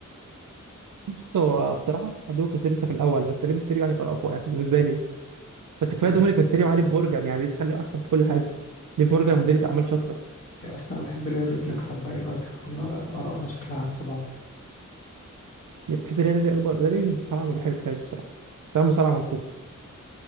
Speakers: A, on the right (about 70°); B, on the left (about 45°).
A: بص هو بصراحه دومينيك ميستيريو لسه في الاول بس ري ميستيريو يعني كان اقوى يعني بالنسبه لي بس كفايه دومينيك
B: ميست...
A: ميستيريو وعلي مورجان يعني دي تخلي احسن في كل حاجه ليف
B: معاك
A: مورجان مديرة اعمال شاطره
B: يا اصل انا بحب رير ريبلي اكتر بقى ايه رايك احنا كل آراء- ارائنا شكلها عكس بعض
A: اللي بتحب ريالي اكبر ريالي بصراحه ما بحسهاش بصراحه بحسها مصارعه منفوخه